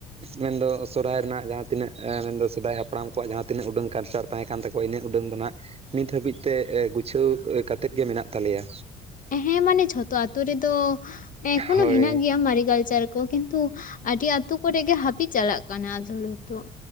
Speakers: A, on the right (about 30°); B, on the left (about 45°).
A: ᱢᱮᱱᱫᱚ ᱥᱚᱨᱦᱟᱭ ᱨᱮᱱᱟᱜ ᱡᱟᱦᱟᱸ ᱛᱤᱱᱟᱹᱜ ᱢᱮᱱᱫᱚ ᱥᱮᱫᱟᱭ ᱦᱟᱯᱲᱟᱢ ᱠᱚᱣᱟᱜ ᱡᱟᱦᱟᱸ ᱛᱤᱱᱟᱹᱜ ᱩᱰᱟᱹᱝ ᱠᱟᱞᱪᱟᱨ, ᱛᱟᱦᱮᱸ ᱠᱟᱱ ᱛᱟᱠᱚᱣᱟ ᱤᱱᱟᱹᱜ ᱩᱰᱟᱹᱝ ᱫᱚ ᱦᱟᱸᱜ ᱱᱤᱛ ᱦᱟᱹᱵᱤᱡ ᱛᱮ ᱜᱩᱪᱷᱟᱹᱣ ᱠᱟᱛᱮᱫ ᱜᱮ ᱢᱮᱱᱟᱜ ᱛᱟᱞᱮᱭᱟ᱾
B: ᱦᱮᱸ ᱢᱟᱱᱮ ᱡᱷᱚᱛᱚ ᱟᱛᱳ ᱨᱮᱫᱚ ᱮᱠᱷᱳᱱᱳ
A: ᱦᱳᱭ
B: ᱦᱮᱱᱟᱜ ᱜᱮᱭᱟ ᱢᱟᱨᱮ ᱠᱟᱞᱪᱟᱨ ᱠᱚ ᱠᱤᱱᱛᱩ ᱛᱚ ᱟᱹᱰᱤ ᱟᱛᱳ ᱠᱚᱨᱮ ᱜᱮ ᱦᱟᱹᱯᱤᱫ ᱪᱟᱞᱟᱜ ᱠᱟᱱᱟ ᱟᱫᱲᱚᱛᱚ ᱦᱤᱛᱚᱜ᱾